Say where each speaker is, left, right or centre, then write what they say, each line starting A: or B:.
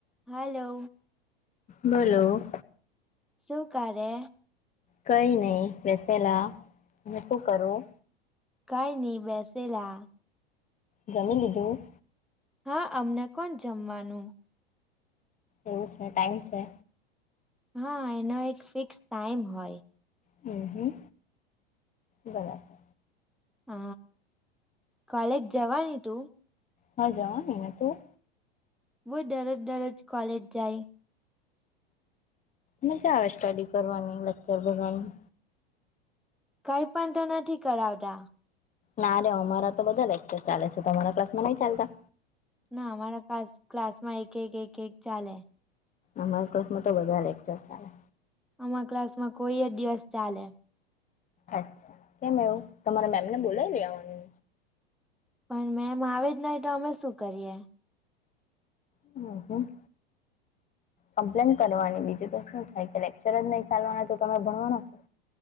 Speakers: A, in the centre; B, on the left.
A: હલો
B: બોલો
A: શુંકારે
B: કઈ નહીં વેસે લા હ શું કરું,
A: કઈ ન બેસેલા,
B: જમી લીધું.
A: હા અમને કોણ જમવાનું
B: એવું છે ટાઈમ છે.
A: હા એનો એક ફિક્સ ટાઈમ હોય.
B: હમ હમ બરાબર
A: હ કોલેજ જવાની તું,
B: હા જવાની તું
A: બહ દરરોજ દરરોજ કોલેજ જાય.
B: મજા આવે સ્ટડી કરવાની લેક્ચર ભરવાની
A: કઈ પણ તો નથી કરાવતા.
B: ના રે અમારા તો બધા લેકચર ચાલે છે તમારા ક્લાસ માં નઈ ચાલતા
A: ના અમારા ક ક્લાસ માં એક એક એક ચાલે
B: અમારા ક્લાસ માં તો બધા લેક્ચર ચાલે
A: આમા ક્લાસ માં કોઈ જ દિવસ ચાલે
B: અચ્છા કેમ એવું તમારા મેમને બોલાવી ગવા.
A: પણ મેમ આવે જ નહી તો અમે શું કરીએ
B: હ હ કમ્પ્લેન કરવાની બીજું તો શું થાય કે લેક્ચર જ નહી ચાલવાના તો તમે ભણવાના છો.